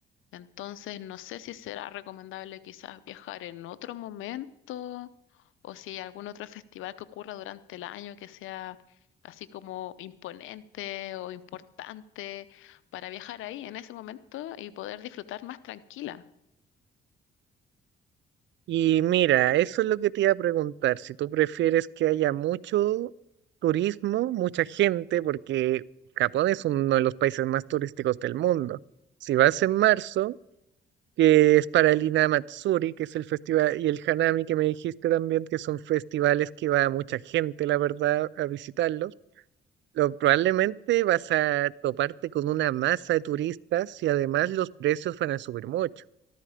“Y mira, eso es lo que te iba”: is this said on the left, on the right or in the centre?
Right